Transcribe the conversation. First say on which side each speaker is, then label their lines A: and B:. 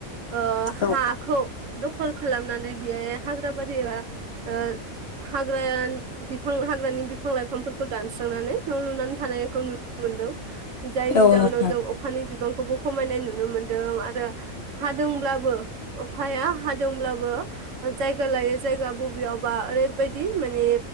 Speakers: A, on the right (about 70°); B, on the left (about 65°).
A: ओ हाखौ
B: औ
A: दखल खालामनानै बेहाय हाग्रा बारियावहा ओ हाग्रा बिफां हाग्रानि बिफां लाइफांफोरखौ दानस्रांनानै न' लुनानै थानायखौ नुनो मोनदों जायनि
B: औ
A: जाहनाव
B: नोंथां
A: जों अखानि बिबांखौबो खमायनाय नुनो मोन्दों आरो हादोंब्लाबो अखाया हादोंब्लाबो जायगा लायै जायगा बबेयावबा ओरैबायदि माने